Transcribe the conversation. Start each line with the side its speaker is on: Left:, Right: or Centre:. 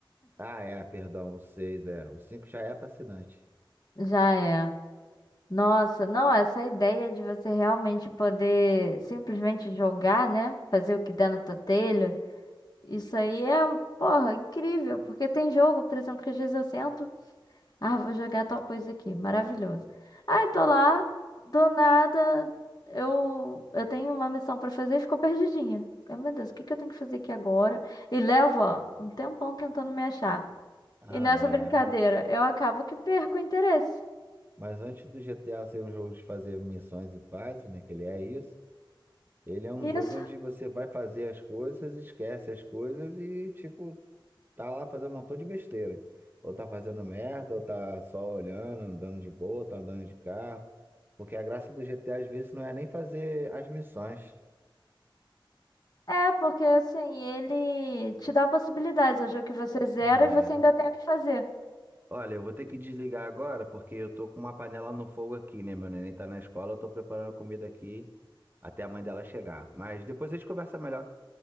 Right: Ah, é, perdão, o 6, é. O cinco já é fascinante.
Left: já é. Nossa, não, essa ideia de você realmente poder simplesmente jogar, né? Fazer o que dá no totelho, isso aí é, porra, incrível. Porque tem jogo, por exemplo, que às vezes eu sento, ah, vou jogar tal coisa aqui, maravilhoso. Aí tô lá, do nada, eu, eu tenho uma missão pra fazer e ficou perdidinha. Eu, meu Deus, o que que eu tenho que fazer aqui agora? E levo, ó, um tempão tentando me achar.
Right: Ah,
Left: E nessa
Right: é.
Left: brincadeira, eu acabo que perco o interesse.
Right: Mas antes do GTA ser um jogo de fazer missões e fases, né? Que ele é isso. Ele é um
Left: Isso
Right: jogo onde você vai fazer as coisas, esquece as coisas e, tipo, tá lá fazendo um montão de besteira. Ou tá fazendo merda, ou tá só olhando, andando de boa, tá andando de carro. Porque a graça do GTA às vezes não é nem fazer as missões,
Left: É, porque assim, ele te dá possibilidades. É o jogo que você zera
Right: né?
Left: e você ainda tem o que fazer.
Right: Olha, eu vou ter que desligar agora porque eu tô com uma panela no fogo aqui, né? Meu neném tá na escola, eu tô preparando a comida aqui até a mãe dela chegar. Mas depois a gente conversa melhor.